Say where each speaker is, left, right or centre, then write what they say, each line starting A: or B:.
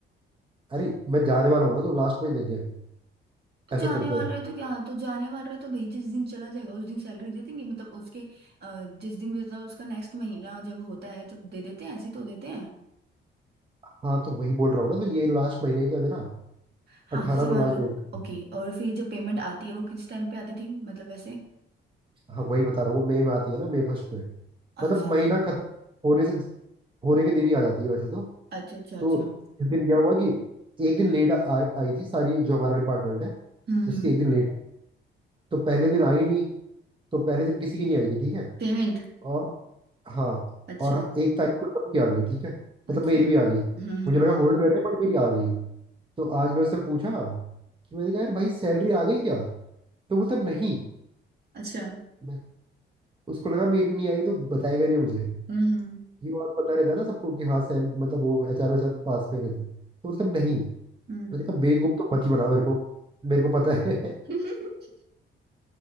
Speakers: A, on the right; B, on the right.
A: अरे मैं जाने वाला हूँ ना तो लास्ट में ही देंगे
B: तो
A: ऐसा
B: जाने
A: करते
B: वाला
A: हैं
B: है तो क्या तो जाने वाला है तो भाई जिस दिन चला जाएगा उस दिन सैलरी दे देंगे मतलब उसके अ, जिस दिन भी मतलब उसका नेक्स्ट महीना जब होता है तब दे देते हैं ऐसे ही तो देते हैं
A: हाँ तो वही बोल रहा हूँ ना तो ये लास्ट महीने ही तो है मेरा
B: हाँ
A: अठारह
B: जैसे
A: को
B: मान
A: लास्ट
B: लो
A: डेट
B: ओके
A: है।
B: और फिर जब पेमेंट आती है वो किस टाइम पे आती थी मतलब वैसे
A: हाँ वही बता रहा हूँ वो मई में आती है ना मई फर्स्ट में मतलब
B: अच्छा
A: महीना खत्म होने से होने के दिन ही आ जाती है वैसे तो
B: अच्छा अच्छा अच्छा
A: तो इस दिन क्या हुआ कि एक दिन लेट आ, आई थी सारी जो हमारा डिपार्टमेंट है
B: हम्म
A: उसकी
B: हम्म
A: एक दिन लेट तो पहले दिन आई नहीं तो पहले दिन किसी की नहीं आई थी ठीक है
B: पेमेंट
A: और हाँ
B: अच्छा
A: और एक तारीख को सबकी आ गई ठीक है
B: अच्छा
A: मतलब मेरी
B: हम्म
A: भी आ गई
B: हम्म
A: मुझे लगा होल्ड कर रहे हैं बट मेरी आ गई तो आज मैं उससे पूछा कि मैंने कहा यार भाई सैलरी आ गई क्या तो बोलता नहीं
B: अच्छा
A: मैं उसको लगा मेरी नहीं आई तो बताएगा नहीं मुझे
B: हम्म हम्म
A: ये और पता रहता है ना सबको कि हाँ सैल मतलब वो एच आर वेचआर पास में रहते हैं। तो बोलता नहीं
B: हम्म।
A: मैंने कहा बेवकूफ तो मत ही बना मेरे को मेरे को पता है <laughs> मैंने
B: <laughs>